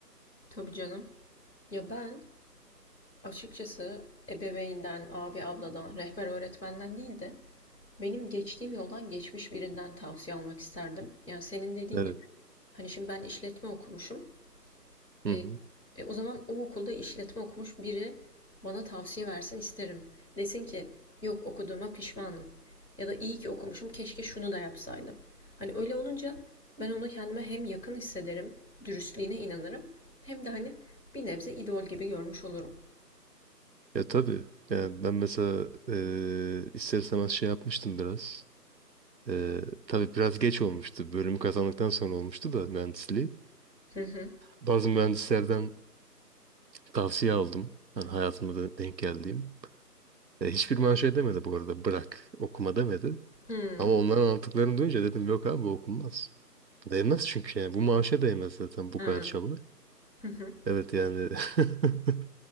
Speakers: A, on the left; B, on the right.
A: Tabii canım. Ya ben açıkçası ebeveynden, abi, abladan, rehber öğretmenden değil de benim geçtiğim yoldan geçmiş birinden tavsiye almak isterdim. Yani senin dediğin
B: Evet.
A: gibi Hani şimdi ben işletme okumuşum.
B: Hı
A: E,
B: hı.
A: e, o zaman o okulda işletme okumuş biri bana tavsiye versin isterim. Desin ki yok okuduğuma pişmanım. Ya da iyi ki okumuşum keşke şunu da yapsaydım. Hani öyle olunca ben onu kendime hem yakın hissederim, dürüstlüğüne inanırım. Hem de hani bir nebze idol gibi görmüş olurum.
B: Ya tabii. Yani ben mesela eee ister istemez şey yapmıştım biraz. Eee tabii biraz geç olmuştu. Bölümü kazandıktan sonra olmuştu da mühendisliği.
A: Hı hı.
B: Bazı mühendislerden tavsiye aldım. Yani hayatımda da denk geldiğim. E, hiçbir bana şey demedi bu arada. Bırak, okuma demedi.
A: Hı.
B: Ama onların anlattıklarını duyunca dedim yok abi bu okunmaz. Değmez çünkü yani. Bu maaşa değmez zaten bu
A: Ha.
B: kadar çaba.
A: Hı hı.
B: Evet yani. <laughs>